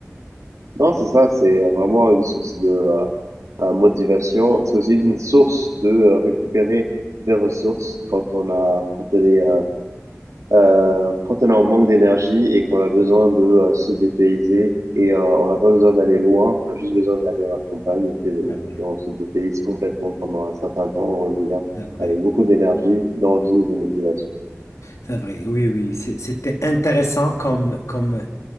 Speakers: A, on the right; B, on the left.
A: Non, c'est ça, c'est vraiment une source de, euh, euh, motivation. parce que C'est aussi une source de euh, récupérer des ressources quand on a, quand on est, euh, euh, quand on est en manque d'énergie et qu'on a besoin de euh, se dépayser. Et euh, on n'a pas besoin d'aller loin, on a juste besoin d'aller à la campagne, et c'est bon.
B: C'est vrai,
A: Et on se dépayse complètement pendant un certain temps, on revient
B: c'est vrai,
A: avec beaucoup d'énergie, d'envie et de motivation.
B: c'est vrai. Oui, oui, c'est- c'était intéressant comme, comme